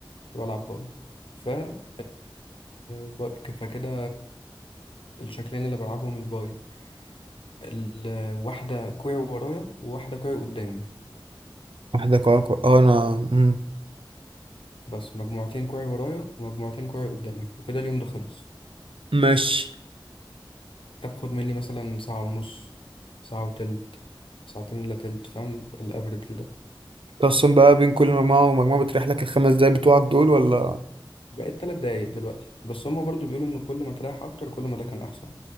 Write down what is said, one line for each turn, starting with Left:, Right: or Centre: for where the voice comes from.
Left: فبلعب باي فال باي- فكده الشكلين اللي بلعبهم الباي الواحدة كوعي ورايا وواحدة كوعي قدامي
Right: واحدة كوع كوع اه انا مم.
Left: بس مجموعتين كوعي ورايا ومجموعتين كوعي قدامي وكده اليوم ده خلص
Right: ماشي
Left: تاخد مني مثلا ساعة ونص ساعة وتلت ساعتين إلا تلت فاهم الأفريج ده
Right: تقسم بقى بين كل مجموعة ومجموعة بتريح لك الخمس دقايق بتوعك دول ولا
Left: بقيت تلات دقايق دلوقتي بس هما برضو بيقولوا إن كل ما تريح أكتر كل ما ده كان أحسن